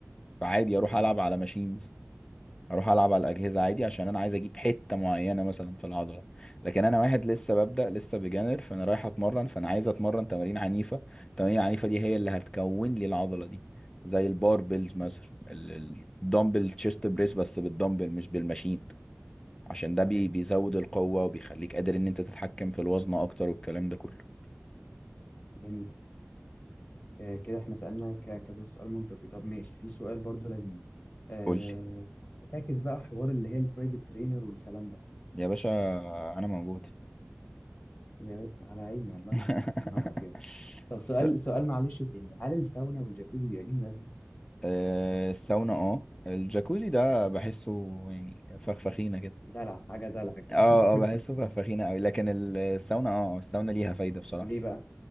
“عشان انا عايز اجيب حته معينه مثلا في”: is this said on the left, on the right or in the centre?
Left